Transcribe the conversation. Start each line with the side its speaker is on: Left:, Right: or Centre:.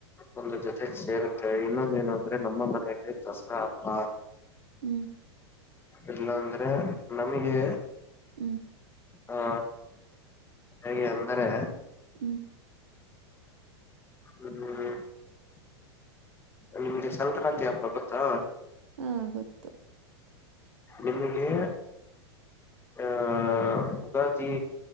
Left: ಒಂದು ಜೊತೆ ಸೇರುತ್ತವೆ ಇನ್ನೊಂದ ಏನ ಅಂದ್ರೆ ನಮ್ಮ ಮನೆಯಲ್ಲಿ ದಸರಾ ಹಬ್ಬ
Right: ಹ್ಮ್
Left: ಇಲ್ಲ ಅಂದ್ರೆ ನಮಗೆ
Right: ಹ್ಮ್
Left: ಹ ಹೇಗೆ ಅಂದರೆ
Right: ಹ್ಮ್
Left: ಹ್ಮ್್ಮ ನಿಮ್ಗೆ ಸಂಕ್ರಾಂತಿ ಹಪ ಗೊತ್ತಾ
Right: ಹಾ ಗೊತ್ತು
Left: ನಿಮಗೆ ಆ ಉುಗಾದಿ